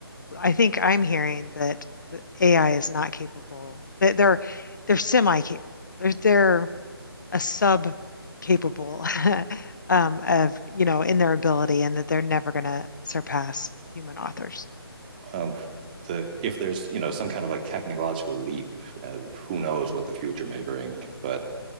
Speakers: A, on the left (about 50°); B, on the right (about 20°).
A: I think I'm hearing that the AI is not capable. That they're they're semi-capable. They're they're a sub-capable <laughs> um, of you know in their ability, and that they're never going to surpass human authors.
B: Um, the if there's you know some kind of like technological leap, uh, who knows what the future may bring? But